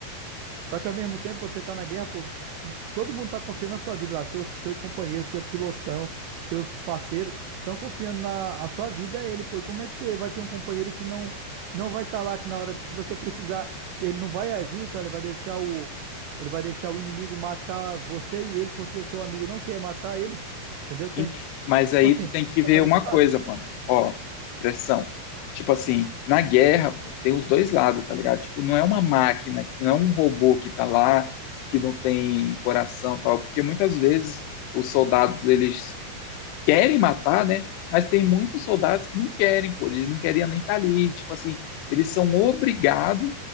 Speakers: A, on the right; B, on the left.
A: Só que ao mesmo tempo você está na guerra, pô, todo mundo está confiando na sua vida lá, seu, seu companheiro, seu pilotão, seus parceiros estão confiando na a sua vida a ele, pô. E como é que você vai ter um companheiro que não não vai estar lá que na hora que você precisar, ele não vai agir, então ele vai deixar o ele vai deixar o inimigo matar você e ele porque o seu amigo não quer matar ele, entendeu? Tem,
B: Ent-
A: então,
B: Mas
A: tipo
B: aí
A: assim,
B: tu tem
A: tem que
B: que
A: pensar
B: ver
A: desse
B: uma
A: lado.
B: coisa, mano. Ó, pressão. Tipo assim, na guerra, pô, tem os dois lados, tá ligado? Tipo, não é uma máquina, não é um robô que tá lá, que não tem coração, e tal, porque muitas vezes os soldados, eles querem matar, né? Mas tem muitos soldados que não querem, pô, eles não queriam nem estar ali. Tipo assim, eles são obrigados